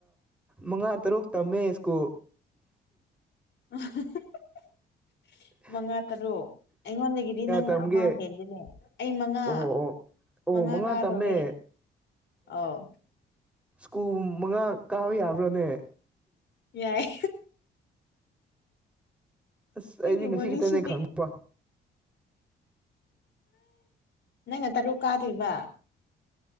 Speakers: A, in the centre; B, on the left.
A: ꯃꯉꯥ ꯇꯔꯨꯛ ꯇꯝꯃꯦ ꯁ꯭ꯀꯨꯜ
B: <inaudible>
A: ꯎꯝ
B: ꯃꯉꯥ ꯇꯔꯨꯛ ꯑꯩꯉꯣꯟꯗꯒꯤꯗꯤ ꯅꯪꯅ
A: ꯇꯝꯒꯦ
B: ꯑꯃ ꯍꯦꯟꯜꯂꯤꯅꯦ ꯑꯩ ꯃꯉꯥ
A: ꯑꯣ ꯑꯣ ꯑꯣ
B: ꯃꯉꯥ ꯀꯥꯗꯣꯂꯦ
A: ꯇꯝꯃꯦ
B: ꯑꯣ
A: ꯁ꯭ꯀꯨꯜ ꯃꯉꯥ ꯀꯥꯕ ꯌꯥꯕ꯭ꯔꯥꯅꯦ
B: ꯌꯥꯏ
A: ꯑꯁ
B: ꯅꯪꯒꯤ
A: ꯑꯩꯗꯤ ꯉꯁꯤ
B: ꯋꯥꯔꯤꯁꯤꯗꯤ
A: ꯈꯤꯇꯅꯦ ꯈꯪꯅꯤꯡꯕ
B: ꯅꯪꯅ ꯇꯔꯨꯛ ꯀꯥꯗ꯭ꯣꯏꯔꯤꯕ